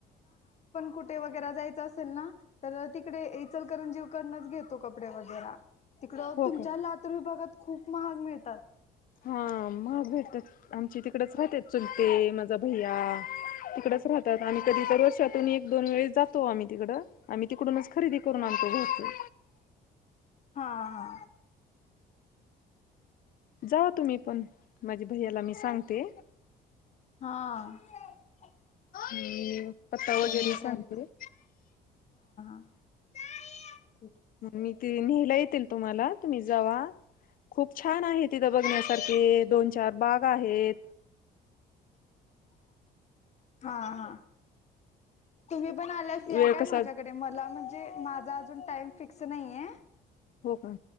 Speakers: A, on the left; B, on the left.
A: कुठे वगैरा जायचं असेल ना तर तिकडे इचलकरंजीव कडनाच घेतो कपडे वगैरा. तिकडं
B: हो
A: तुमच्या
B: का?
A: लातूर विभागात खूप महाग मिळतात.
B: हा महाग भेटत्यात. आमची तिकडेच राहते चुलते माझा भैया तिकडच राहतात आम्ही कधी तर अस षातून एक दोन वेळीस जातो आम्ही तिकड आम्ही तिकडूनच खरेदी करून आणतो घरचे.
A: हा हा.
B: जावा तुम्ही पण माझ्या भैयाला मी सांगते.
A: हां.
B: नी पत्ता वगैरे
A: मिनिट
B: सांगते.
A: राहिले फक्त <unintelligible>
B: मी ते न्हेयला येतील तुम्हाला तुम्ही जावा. खूप छान आहे तिथं बघण्यासारखे
A: आहे.
B: दोन चार बाग आहेत.
A: हा हा. तुम्ही पण आल्यास या
B: वेळ
A: काय
B: कसा
A: माझ्याकडे मला म्हणजे माझा अजून टाइम फिक्स नाइये.
B: हो का